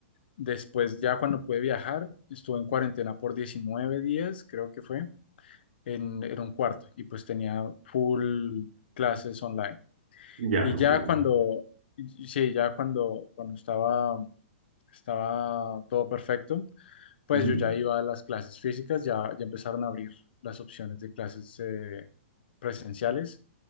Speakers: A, on the left; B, on the right.
A: después ya cuando pude viajar, estuve en cuarentena por 19 días, creo que fue, en, en un cuarto y pues tenía full clases online.
B: Ya,
A: Y
B: entiendo.
A: ya cuando, y- sí, ya cuando, cuando estaba, estaba todo perfecto, pues
B: Ujú.
A: yo ya iba a las clases físicas, ya, ya empezaron a abrir las opciones de clases eh, presenciales,